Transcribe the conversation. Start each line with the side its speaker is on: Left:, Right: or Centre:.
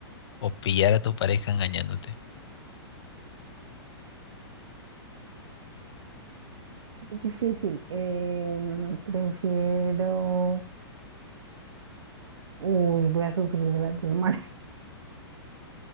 Left: o pillar a tu pareja engañándote?
Right: Difícil. Em, prefiero. Uy, voy a sufrir de las dos maneras.